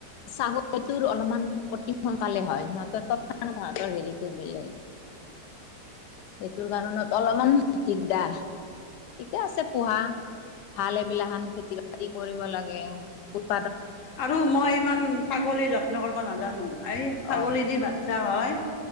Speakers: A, on the left; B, on the left.
A: ছাগলটোৰ অলপমান অতি সোনকালে হয়, সিহঁতৰ তক্ষণ তাহতৰ হেৰিটো বেলেগ। সেইটোৰ কাৰণত অলপমান দিগদাৰ, ঠিকে আছে পোহা ভাল এইবিলাখান খেতি- বাতি কৰিব লাগে। ব
B: আৰু মই ইমান ছাগলীৰ যত্ন কৰিব নাজানো, এই ছাগলী
A: অ
B: দি বাচ্ছা হয়